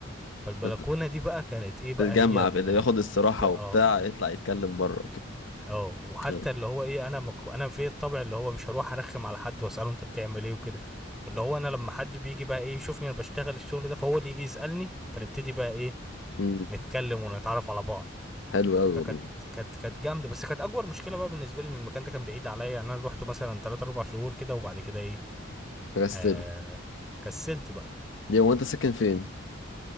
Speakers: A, in the centre; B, on the left.
A: فالبلكونه
B: بت-
A: دي بقى كانت ايه بقى
B: تتجمع
A: هي ال...
B: في اللي ياخد الصراحه
A: اه
B: وبتاع يطلع يتكلم بره وكده
A: اه وحتى
B: أيوة.
A: اللي هو ايه انا مك... انا في الطبع اللي هو مش هروح ارخم على حد واساله انت بتعمل ايه وكده فاللي هو انا لما حد بيجي بقى ايه يشوفني انا بشتغل الشغل ده فهو اللي يجي يسالني فنبتدي بقى ايه
B: امم
A: نتكلم ونتعرف على بعض
B: حلو قوي
A: فكانت
B: والله
A: كانت كانت جامده بس كانت اكبر مشكله بقى بالنسبه لي ان المكان ده كان بعيد عليا يعني انا روحته مثلا 3 4 شهور كده وبعد كده ايه
B: فكستله
A: آه... كسلت بقى
B: ليه هو انت ساكن فين